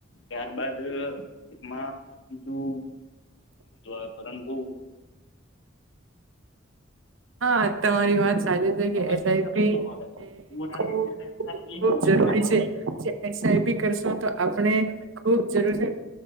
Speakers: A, on the left; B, on the right.
A: ત્યારબદ એમાં બીજું <inaudible> પરંતુ
B: હા તમારી વાત સાચી છે કે એસ
A: સજ
B: આઈ પી
A: પૈસા
B: એ
A: મળે
B: ખૂબ
A: વધારે
B: ખૂબ
A: બે
B: ખૂબ
A: રૂપિયા
B: જરૂરી છે જે એસ આઈ પી કરશો તો આપણે ખુબ જરૂરી